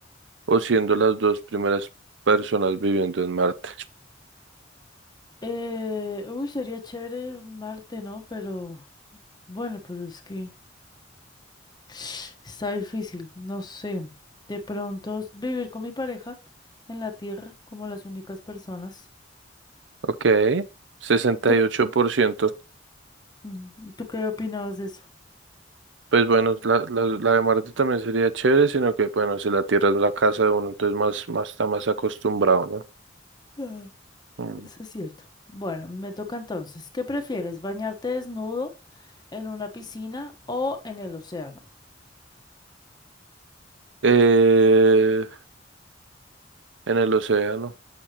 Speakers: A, on the right; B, on the left.
A: o siendo las dos primeras personas viviendo en Marte?
B: Eh, uy, sería chévere Marte, ¿no? Pero bueno, pero es que <sighs> está difícil. No sé. De pronto s- vivir con mi pareja en la Tierra como las únicas personas.
A: Ok, sesenta
B: ¿Tú,
A: y ocho por ciento.
B: mm, ¿tú qué opinabas de eso?
A: Pues bueno, la, la, la de Marte también sería chévere, sino que bueno, si la Tierra es la casa de uno, entonces más, más está más acostumbrado, ¿no?
B: Ah,
A: Mm.
B: Eso es cierto. Bueno, me toca entonces. ¿Qué prefieres? ¿Bañarte desnudo en una piscina o en el océano?
A: Eh, en el océano,